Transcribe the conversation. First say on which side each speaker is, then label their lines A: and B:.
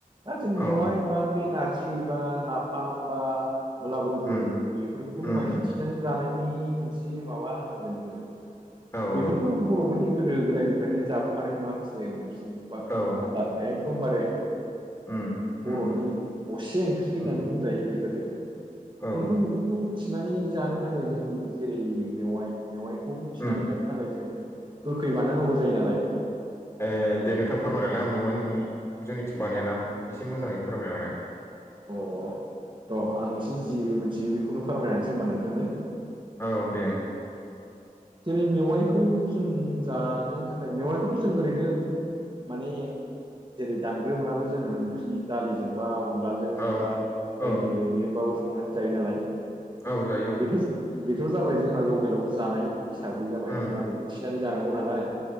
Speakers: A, on the right; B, on the left.
A: दा जों
B: औ
A: मेवाय बा बे नारजि बा नाफाम बा मुलागुन्द्रु
B: उम
A: बेफोरखौनो
B: उम
A: बांसिन
B: उम
A: थिननानै जानायनि मोनसे माबा होनांगोन जोङो
B: औ
A: बेफोरथ'
B: औ
A: बर'फोरनि गोदो गोदायनिफ्रायनो जाबोखानाय माखासे ओंख्रि
B: औ
A: हाथार एकम बारे
B: उम
A: बर'नि
B: उम उम
A: असे ओंख्रि होननानै
B: उम
A: बुंजायो बेफोरो। जोंथ'
B: औ
A: बेफोरखौ थिनानै जानो थाखाय जों जेरै मेवाइ मेवाइ औ थिनानै
B: उम
A: जानो थाखाय जों गोखै बानायनांगौ जायो नालाय
B: ए दे नोंथां फोरमायहरलाय आं मेवायनिखौ जोंनिथिं बानायाना एसे मोजाङै फोरमायहरलाय
A: अ र' आं एसे जि मिथियो बेखौनो फोरमाय होनोसै ओनबा नोंथांनो
B: औ दे ओ
A: जेरै मेवाइखौ जों जानो थाखाय मेवाइखौथ' जों ओरैनो माने जेरै दानग्रोमोनाबो जों ओंख्रि दालिजोंबा अन अनलाजों
B: ओं
A: बा बायदि
B: औ
A: ओरैनोबाबो संनानै जायो नालाय
B: औ जायो
A: बेथ'
B: औ
A: बेथ' जाबाय जोंहा लकेलाव जानाय हिसाबै जाबाय
B: उम
A: जोंहा बेखौ थिनानै जानांगौ नालाय